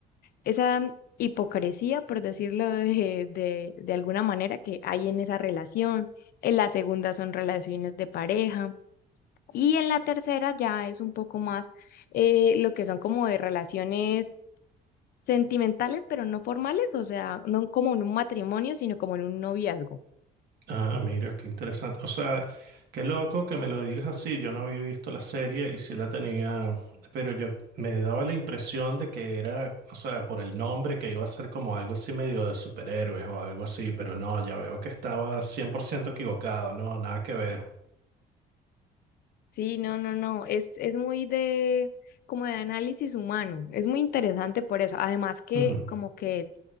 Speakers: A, on the left; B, on the right.
A: esa hipocresía, por decirlo de, de, de alguna manera, que hay en esa relación. En la segunda son relaciones de pareja. Y en la tercera ya es un poco más eh, lo que son como de relaciones sentimentales, pero no formales, o sea, no como en un matrimonio, sino como en un noviazgo.
B: Ah, mira, qué interesante. O sea, qué loco que me lo digas así. Yo no había visto la serie y sí la tenía, pero yo me daba la impresión de que era, o sea, por el nombre que iba a ser como algo así medio de superhéroes o algo así, pero no, ya veo que estaba 100% equivocado, no, nada que ver.
A: Sí, no, no, no, es, es muy de como de análisis humano, es muy interesante por eso, además que
B: Ujú.
A: como que